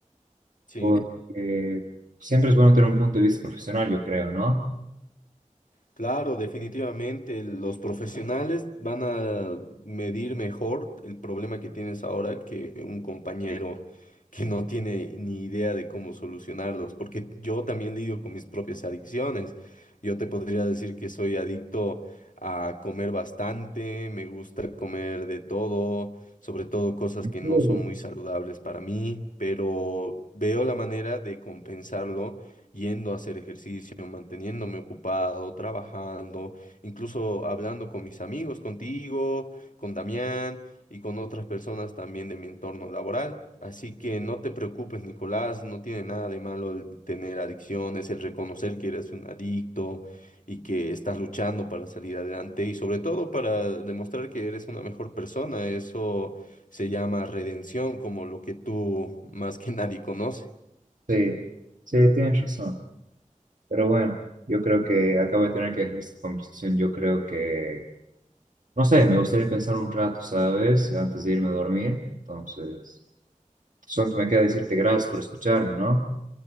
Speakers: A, on the left (about 75°); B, on the right (about 75°).
A: Sí.
B: porque siempre es bueno tener un punto de vista profesional, yo creo, ¿no?
A: Claro, definitivamente los profesionales van a medir mejor el problema que tienes ahora que un compañero que no tiene ni idea de cómo solucionarlos, porque yo también lidio con mis propias adicciones. Yo te podría decir que soy adicto a comer bastante, me gusta comer de todo, sobre todo cosas
B: ¿En
A: que
B: serio?
A: no son muy saludables para mí, pero veo la manera de compensarlo yendo a hacer ejercicio, manteniéndome ocupado, trabajando, incluso hablando con mis amigos, contigo, con Damián y con otras personas también de mi entorno laboral. Así que no te preocupes, Nicolás, no tiene nada de malo el tener adicciones, el reconocer que eres un adicto y que estás luchando para salir adelante y sobre todo para demostrar que eres una mejor persona. Eso se llama redención, como lo que tú más que nadie conoces.
B: Sí, sí, tienes razón. Pero bueno, yo creo que acabo de tener que dejar esta conversación. Yo creo que No sé, me gustaría pensar un rato, ¿sabes? Antes de irme a dormir. Entonces, solo me queda decirte gracias por escucharme, ¿no?